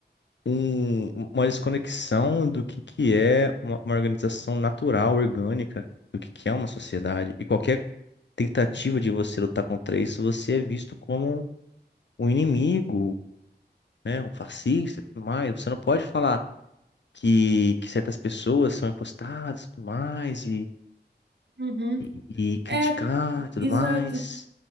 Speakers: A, on the left; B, on the right.
A: um- uma desconexão do que, que é uma, uma organização natural, orgânica, do que, que é uma sociedade. E qualquer tentativa de você lutar contra isso, você é visto como um inimigo, né? Um fascista e tudo mais. Você não pode falar que, que certas pessoas são encostadas e tudo mais, e,
B: Uhum.
A: e, e criticar
B: É,
A: e tudo
B: exato.
A: mais,